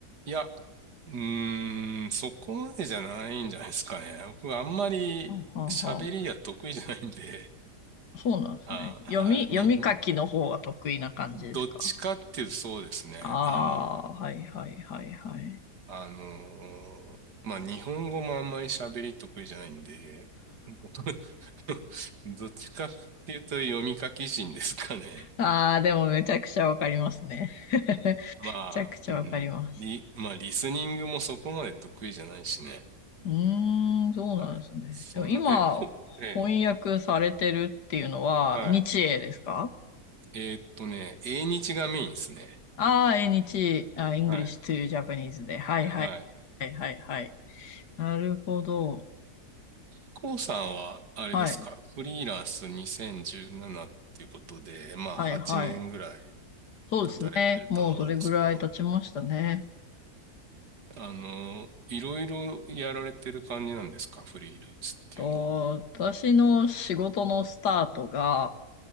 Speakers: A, on the right; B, on the left.
A: いや、うーん、そこまでじゃないんじゃないですかね。僕はあんまり喋りが得意じゃないんで、
B: はあ、はあ、はあ。そうなんですね。
A: あ、はい、
B: 読み、読み書きの方が得意な感じですか
A: に、にどっちかっていうとそうですね。
B: ああ、
A: あの、
B: はい、はい、はい、はい。
A: あのーまあ、日本語もあんまり喋り得意じゃないんで、<laughs> どっちかっていうと読み書き人ですかね。
B: ああ、でもめちゃくちゃわかりますね。
A: うん、
B: めちゃくちゃわかります。
A: まあ、うん、リ、まあ、リスニングもそこまで得意じゃないしね。
B: うーん、そうなんですね。
A: はい。そんな、
B: でも今、
A: え、こ、え
B: 翻訳されてるっていうのは、
A: ー、
B: 日英ですか
A: はい。えーっとね、英日がメインですね。
B: ああー、英日、あ、English
A: はい。
B: to Japanese で。はいはい。
A: はい。
B: はいはいはい。なるほど。
A: コウさんは、あれですか、
B: はい。
A: フリーランス2017っていうことで、まあ、
B: はいはい。
A: 8年ぐらい
B: そうですね。
A: 経たれてると思うんですけど、
B: もうそれぐらい経ちましたね。
A: あの、いろいろやられてる感じなんですか、フリーランスっていうのは。
B: と、私の仕事のスタートが、